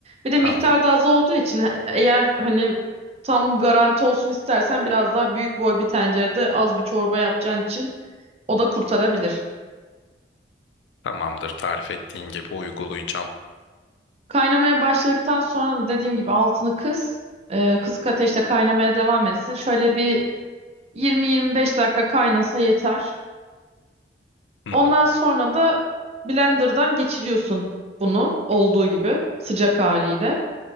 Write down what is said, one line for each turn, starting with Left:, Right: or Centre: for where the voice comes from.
Right: Bir de miktar
Left: Anladım.
Right: da az olduğu için e- eğer hani tam garanti olsun istersen biraz daha büyük boy bir tencerede az bir çorba yapacağın için o da kurtarabilir.
Left: Tamamdır. Tarif ettiğin gibi uygulayacağım.
Right: Kaynamaya başladıktan sonra da dediğim gibi altını kıs. E, kısık ateşte kaynamaya devam etsin. Şöyle bir 20-25 dakika kaynasa yeter.
Left: Hı
Right: Ondan
Left: hı,
Right: sonra da blenderdan geçiriyorsun bunu olduğu gibi sıcak haliyle.